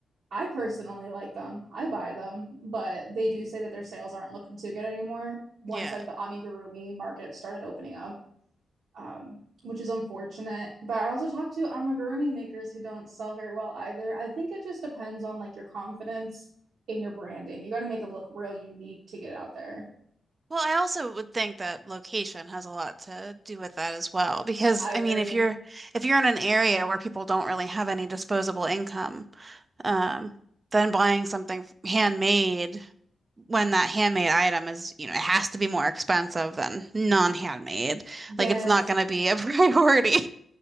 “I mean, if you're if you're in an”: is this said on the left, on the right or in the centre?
Right